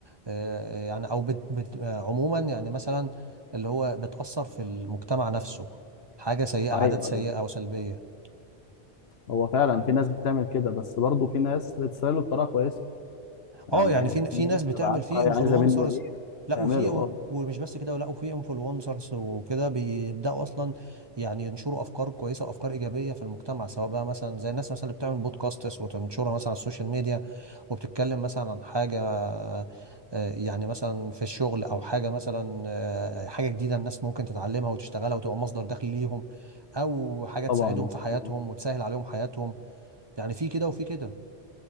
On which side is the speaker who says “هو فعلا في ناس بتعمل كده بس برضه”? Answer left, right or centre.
Left